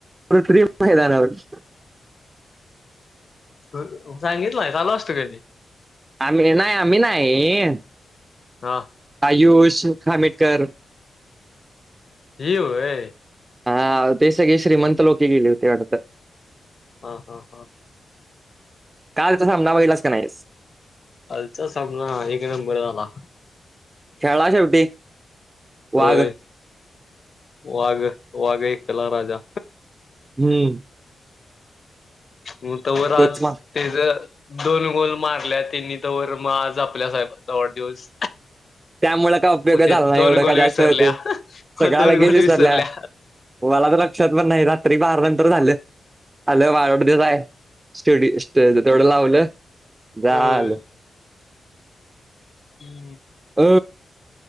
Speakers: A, on the right; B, on the left.
A: कृत्रिम मैदानावर.
B: सांगितलंय नायस आलो असतो की.
A: आम्ही नाही आम्ही नाही.
B: हा
A: आयुष खामिटकर.
B: ते व्हय.
A: हा ते सगळे श्रीमंत लोके गेले होते वाटतं.
B: हा हा हा.
A: कालचा सामना बघितलास का नाही.
B: कालचा सामना एक नंबर झाला.
A: खेळला शेवटी. वाघ
B: होय वाघ वाघय कला राजा.
A: हम्म.
B: हो तोवर आज
A: तोच मग
B: त्याच दोन गोल मारल्या त्यांनी तरवर मग आज आपल्या साहेबचा वाढदिवस.
A: त्यामुळ काय उपयोग
B: मग
A: झाला
B: ते
A: नाही
B: दोन
A: एवढं
B: गोल
A: का जास्त
B: विसरल्या
A: ते सगळ्या
B: दोन
A: लगेच
B: गोल
A: विसरल्यात.
B: विसरल्या
A: मला तर लक्षात पण नाही रात्री बार नंतर झालं आलं वाढदिवस आहे. स्टेड तेवढं लावलं झालं.
B: होय. हम्
A: अ